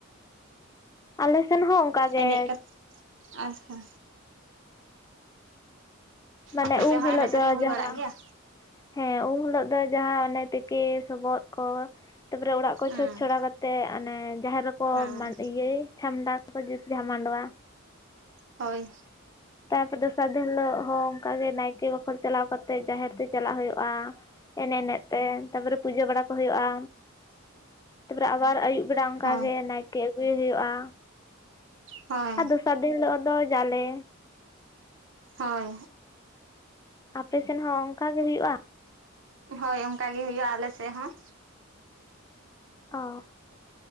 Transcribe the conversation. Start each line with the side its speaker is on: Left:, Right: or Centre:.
Left: ᱟᱞᱮ ᱥᱮᱱ ᱦᱚᱸ ᱚᱱᱠᱟᱜᱮ
Right: ᱮᱱᱮᱡ ᱠᱟᱛᱮ ᱟᱪᱪᱷᱟ
Left: ᱢᱟᱱᱮ
Right: ᱟᱯᱮ
Left: ᱩᱢ
Right: ᱥᱮᱫ ᱦᱚᱸ
Left: ᱦᱤᱞᱳᱜ
Right: ᱮᱱᱮᱡ ᱥᱮᱨᱮᱧ
Left: ᱫᱚ
Right: ᱦᱩᱭ
Left: ᱡᱟᱦᱟᱸ
Right: ᱵᱟᱲᱟᱜ ᱜᱮᱭᱟ
Left: ᱦᱮᱸ ᱩᱱ ᱦᱤᱞᱚᱜ ᱫᱚ ᱡᱟᱦᱟᱸ ᱚᱱᱮ ᱛᱤᱠᱤ ᱥᱚᱵᱚᱫ ᱠᱚ ᱛᱟᱯᱚᱨᱮ ᱚᱲᱟᱜ ᱠᱚ
Right: ᱦᱮᱸ
Left: ᱪᱷᱚᱸᱪ ᱪᱷᱚᱲᱟ ᱠᱟᱛᱮᱫ ᱚᱱᱮ ᱡᱟᱦᱮᱨ ᱨᱮᱠᱚ
Right: ᱦᱮᱸ
Left: ᱤᱭᱟᱹᱭ ᱪᱷᱟᱢᱰᱟ ᱠᱚ ᱡᱩᱛ ᱡᱟᱦᱟᱸ ᱢᱟᱱᱰᱣᱟ
Right: ᱦᱳᱭ
Left: ᱛᱟᱨᱯᱚᱨᱮ ᱫᱚᱥᱟᱨ ᱫᱤᱱ ᱦᱤᱞᱳᱜ ᱦᱚᱸ ᱚᱱᱠᱟᱜᱮ ᱱᱟᱭᱠᱮ ᱵᱟᱠᱷᱳᱚᱞ ᱪᱟᱞᱟᱣ ᱠᱟᱛᱮᱜ ᱡᱟᱦᱮᱨ ᱛᱮ ᱪᱟᱞᱟᱣ ᱦᱩᱭᱩᱜᱼᱟ᱾ ᱮᱱᱮᱡ ᱮᱱᱮᱡ ᱛᱮ ᱛᱟᱯᱚᱨᱮ ᱯᱩᱡᱟᱹ ᱵᱟᱲᱟ ᱠᱚ ᱦᱩᱭᱩᱜᱼᱟ ᱛᱟᱯᱚᱨᱮ ᱟᱵᱟᱨ ᱟᱭᱩᱵ ᱵᱮᱲᱟ ᱚᱱᱠᱟ
Right: ᱦᱳᱭ
Left: ᱜᱮ ᱱᱟᱭᱠᱮ ᱟᱜᱩᱭᱮ ᱦᱩᱭᱩᱜᱼᱟ᱾
Right: ᱦᱳᱭ
Left: ᱟᱨ ᱫᱚᱥᱟᱨ ᱫᱤᱱ ᱦᱤᱞᱳᱜ ᱫᱚ ᱡᱟᱞᱮ
Right: ᱦᱳᱭ
Left: ᱟᱯᱮᱥᱮᱱ ᱦᱚᱸ ᱚᱱᱠᱟ ᱜᱮ ᱦᱩᱭᱩᱜᱼᱟ
Right: ᱦᱳᱭ ᱚᱱᱠᱟ ᱜᱮ ᱦᱩᱭᱩᱜ ᱟ ᱟᱞᱮᱥᱮᱫ ᱦᱚᱸ
Left: ᱚ